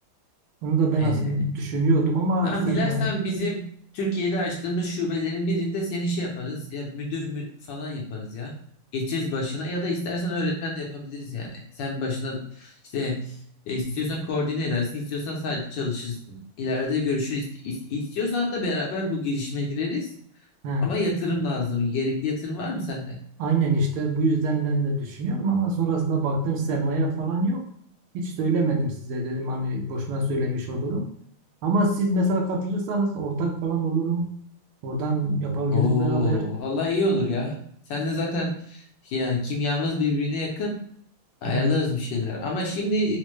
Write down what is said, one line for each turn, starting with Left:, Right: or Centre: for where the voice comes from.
Right: Onu da ben
Left: Ee,
Right: aslında düşünüyordum ama
Left: Tamam
Right: sermaye
Left: dilersen bizim Türkiye'de açtığımız şubelerin birinde seni şey yaparız ya müdür mü falan yaparız ya. Geçeriz başına ya da istersen öğretmen de yapabiliriz yani. Sen başına işte e, istiyorsan koordine edersin, istiyorsan sadece çalışırsın. İleride görüşürüz. İst- is- İstiyorsan hatta beraber bu girişime gireriz.
Right: he,
Left: Ama yatırım lazım. Gerekli yatırım var mı sende?
Right: aynen işte bu yüzden ben de düşünüyorum ama sonrasında baktım sermaye falan yok. Hiç söylemedim size dedim hani boşuna söylemiş olurum. Ama siz mesela katılırsanız ortak falan olurum. Oradan yapabiliriz
Left: Oo,
Right: beraber.
Left: vallahi iyi olur ya. Sen de zaten yani kimyamız birbirine yakın. Ayarlarız
Right: Evet.
Left: bir şeyler. Ama şimdi